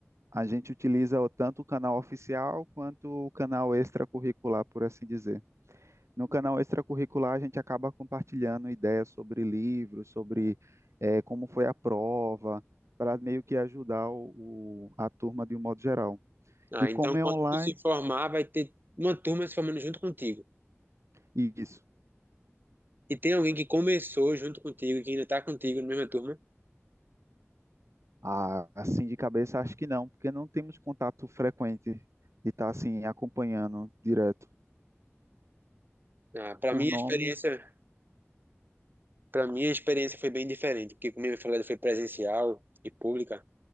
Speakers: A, on the right; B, on the right.
A: a gente utiliza o- tanto o canal oficial quanto o canal extracurricular, por assim dizer. No canal extracurricular, a gente acaba compartilhando ideias sobre livros, sobre eh, como foi a prova, para meio que ajudar o, o- a turma de um modo geral.
B: Ah,
A: E como
B: então quando
A: é online,
B: tu se formar, vai ter uma turma se formando junto contigo.
A: isso.
B: E tem alguém que começou junto contigo, que ainda tá contigo na mesma turma?
A: Ah, assim de cabeça, acho que não, porque não temos contato frequente de estar assim acompanhando direto
B: Ah, para
A: por
B: mim a
A: nome.
B: experiência, para mim a experiência foi bem diferente, porque como eu falei, foi presencial e pública.